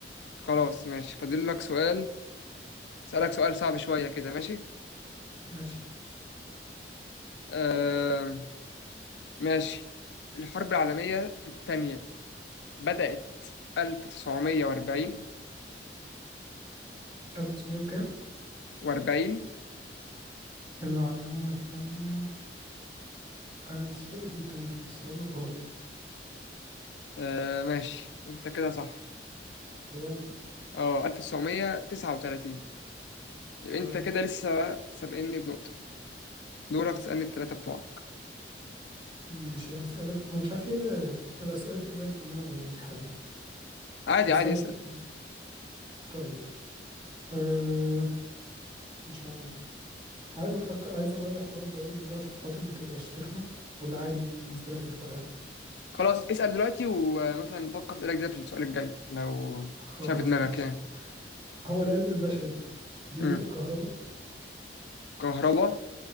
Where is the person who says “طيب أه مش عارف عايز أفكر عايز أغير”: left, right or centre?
Right